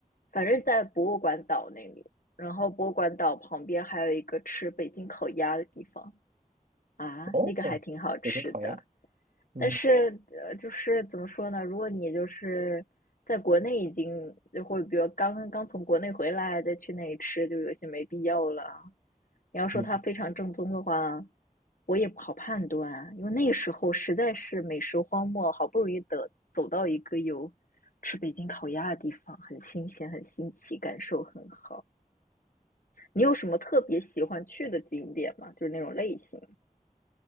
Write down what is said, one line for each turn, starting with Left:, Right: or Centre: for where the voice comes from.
Left: 反正在博物馆岛那里。然后博物馆岛旁边还有一个吃北京烤鸭的地方啊，
Right: 哦，
Left: 那个还挺好吃的。
Right: 北京烤鸭。嗯
Left: 但是，呃，就是怎么说呢？如果你就是在国内已经，就会比如刚刚从国内回来，再去那里吃，就有些没必要了。你要说它非常正宗的话，
Right: 嗯
Left: 我也不好判断啊，因为那时候实在是美食荒漠，好不容易的走到一个有吃北京烤鸭的地方，很新鲜，很新奇，感受很好。你有什么特别喜欢去的景点吗？就是那种类型。